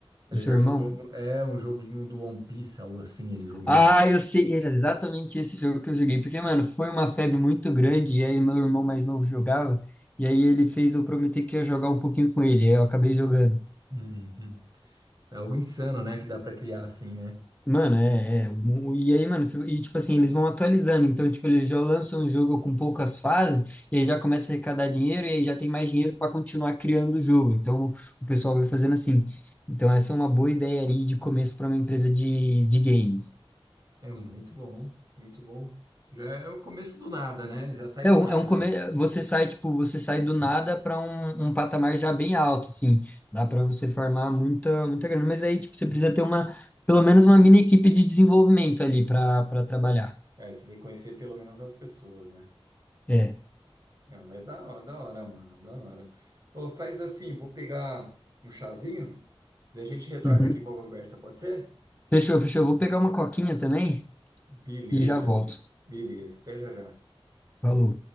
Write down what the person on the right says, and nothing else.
Ele
já
jogou, é um joguinho do One Piece, algo assim, ele jogou.
Uhum. É algo insano, né, que dá pra criar assim, né?
É muito bom, muito bom. Já é o começo do nada, né? Já sai
do
nada.
É, você tem que conhecer pelo menos as pessoas, né?
Não, mas da hora, da hora, mano, da hora. Ô, faz assim, vou pegar um chazinho, daí a gente retorna
aqui com a conversa, pode ser?
Beleza,
beleza, até já já.